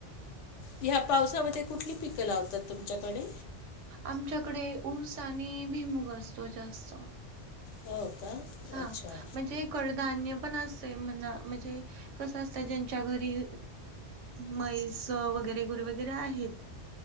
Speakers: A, on the left (about 80°); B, on the right (about 85°).
A: ह्या पावसामध्ये कुठली पिकं लावतात तुमच्याकडे?
B: आमच्याकडे ऊस आणि भिमूग असतो जास्त.
A: हो का.
B: हा.
A: अच्छा
B: म्हणजे कडधान्य पण असते म्हणा. म्हणजे -- कसं असतंय ज्यांच्या घरी म्हैस वगैरे गुर वगैरे आहेत --